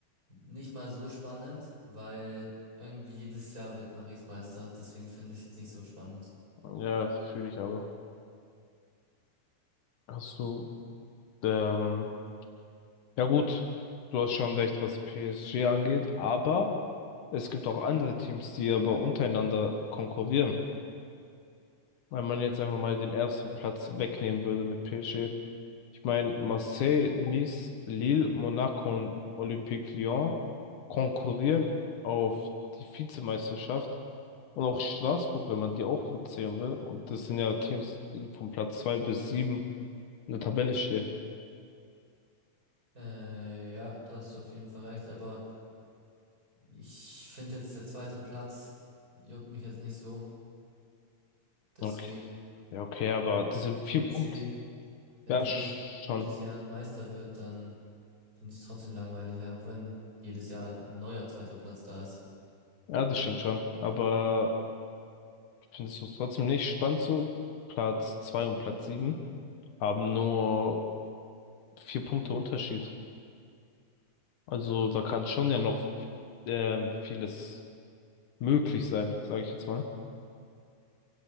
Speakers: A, on the right; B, on the left.
A: nicht mal so spannend, weil irgendwie jedes Jahr wird Paris Meister. Deswegen finde ich jetzt nicht so spannend.
B: Ja, fühle ich aber. Hast du, ähm, ja gut, du hast schon recht, was PSG angeht, aber es gibt auch andere Teams, die aber untereinander konkurrieren. Wenn man jetzt einfach mal den ersten Platz wegnehmen würde mit PSG. Ich meine, Marseille, Nice, Lille, Monaco und Olympique Lyon konkurrieren auf die Vizemeisterschaft. Und auch Straßburg, wenn man die auch mitzählen will. Und das sind ja Teams, die von Platz zwei bis sieben in der Tabelle stehen.
A: Äh, ja, da hast du auf jeden Fall recht, aber ich finde jetzt der zweite Platz juckt mich jetzt nicht so. Deswegen,
B: Okay, ja, okay, aber das sind
A: wenn
B: vier
A: PSG,
B: Punkte.
A: wenn
B: Ja,
A: PSG
B: sch-
A: jedes
B: schon.
A: Jahr Meister wird, dann Finde ich trotzdem langweilig, ja, auch wenn jedes Jahr ein neuer zweiter Platz da ist.
B: Ja, das stimmt schon. Aber findest du es trotzdem nicht spannend so? Platz zwei und Platz sieben haben nur vier Punkte Unterschied. Also da kann schon ja noch ähm, vieles möglich sein, sage ich jetzt mal.